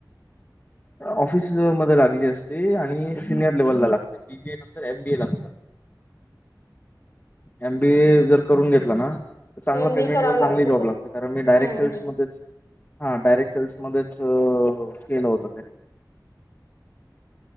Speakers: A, on the left; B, on the left.
A: ऑफिस मध्ये लागली असते आणि सिनियर लेव्हलला लागते बीबीए नंतर एमबीए लागतात. एमबीए जर करून घेतला ना चांगला
B: एम बी
A: पेमेंट
B: ए करावं
A: व चांगली जॉब
B: होत
A: लागत कारण मी डायरेक्ट
B: हम्म
A: सेल्समध्येध्ये
B: हम्म
A: हा डायरेक्ट सेल्समध्येच केलं होतं ते